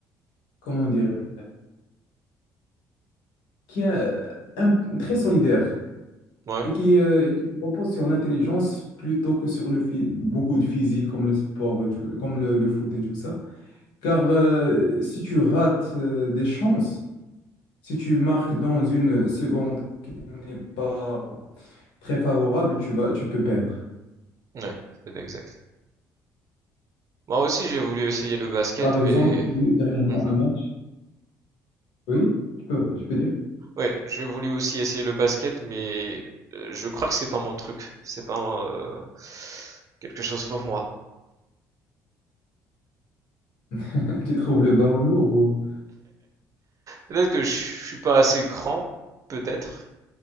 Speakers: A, on the left; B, on the right.
A: comment dire, qui est euh, un- très solidaire
B: Ouais.
A: et qui, euh, et qui repose sur l'intelligence plutôt que sur le phy- beaucoup de physique comme le sport et tout- comme le, le foot et tout ça. Car euh, si tu rates euh, des chances, si tu marques dans une seconde qui n'est pas très favorable, tu vas, tu peux perdre.
B: Ouais, c'est exact. Moi aussi, j'ai voulu essayer le basket,
A: Par
B: mais...
A: exemple, j'ai vu dernièrement
B: Mhm.
A: un match. Oui, tu peux, tu peux dire.
B: Ouais, j'ai voulu aussi essayer le basket, mais euh, je crois que c'est pas mon truc. C'est pas euh, quelque chose pour moi.
A: <laughs> Tu trouves le ballon lourd ou...
B: Peut-être que je suis pas assez grand, peut-être.